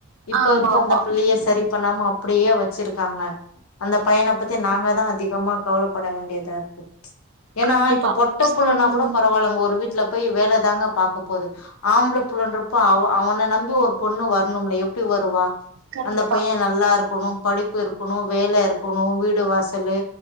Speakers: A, on the left; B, on the right.
A: இப்ப
B: ஆமா
A: இருக்க
B: ஆமா
A: அந்த பிள்ளைய சரி பண்ணாம அப்புடியே வச்சிருக்காங்க அந்த பையனப் பத்தி நாங்க தா அதிகமா கவலப்பட வேண்டியதாருக்கு ஏன்னா
B: கண்டிப்பா
A: இப்ப பொட்டப் புள்ளன்னா
B: ம்
A: கூட பரவால்லங்க ஒரு வீட்லப் போய் வேல தாங்க பாக்க போது ஆம்பள புள்ளன்றப்ப அவ அவன நம்பி ஒரு பொண்ணு வர்ணும்ல எப் ட்டு வருவா
B: கண்டிப்பா
A: அந்த பையன் நல்லா இருக்கணும் படிப்பு இருக்கணும் வேல இருக் க்குணும் வீடு வாசலு